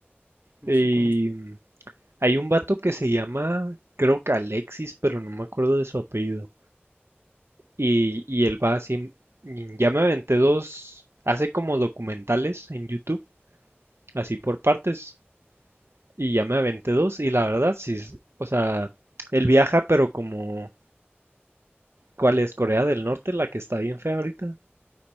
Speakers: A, on the right; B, on the right.
A: No
B: Y
A: sé cómo.
B: mm, hay un vato que se llama, creo que Alexis, pero no me acuerdo de su apellido. Y, y él va así, mm, ya me aventé dos, hace como documentales en YouTube, así por partes. Y ya me aventé dos y la verdad, sí, es- o sea, él viaja, pero como, ¿cuál es? Corea del Norte, la que está bien fea ahorita.